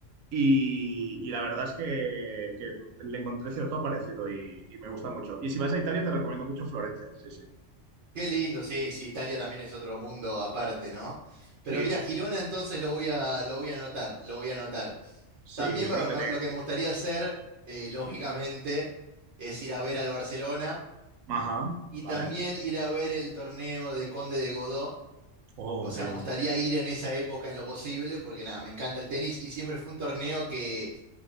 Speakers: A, on the right (about 85°); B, on the right (about 65°).
A: y, y la verdad es que, que le encontré cierto parecido y, y me gusta mucho. Y si vas a Italia te recomiendo mucho Florencia, sí, sí.
B: Qué lindo, sí, sí, Italia también es otro mundo aparte, ¿no? Pero
A: Sí,
B: mira,
A: sí.
B: Girona entonces lo voy a, lo voy a anotar, lo voy a anotar.
A: Sí,
B: También
A: yo
B: me-
A: creo
B: me-
A: que te...
B: lo que me gustaría hacer, eh, lógicamente, es ir a ver al Barcelona
A: Ajá,
B: y
A: vale.
B: también ir a ver el torneo de Conde de Godó
A: Oh,
B: O sea,
A: qué bueno.
B: me gustaría ir en esa época en lo posible, porque nada, me encanta el tenis y siempre fue un torneo que,